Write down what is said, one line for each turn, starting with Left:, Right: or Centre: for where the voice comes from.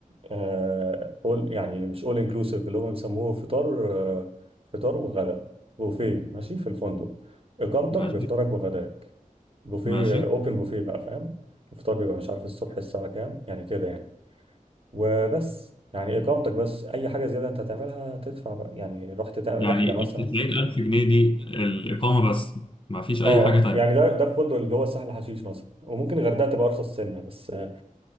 Right: آه all- يعني مش اول انكلوسيف اللي هم بيسموه فطار آه فطار وغداء بوفيه ماشي في الفندق اقامتك
Left: ماشي
Right: بفطارك وغداك بوفيه
Left: ماشي
Right: اوبن بوفيه بقى فاهم الفطار بيبقى مش عارف الصبح الساعة كام يعني كده يعني وبس يعني اقامتك بس اي حاجه زياده انت هتعملها تدفع بقى يعني رحت تعمل
Left: يعني
Right: رحله
Left: ال
Right: مثلا
Left: 90000 جنيه دي الإقامة بس ما فيش أي
Right: اه
Left: حاجة تانية
Right: يعني ده ده الفندق اللي هو سهل حشيش مثلا وممكن الغردقه تبقى ارخص سنه بس آه،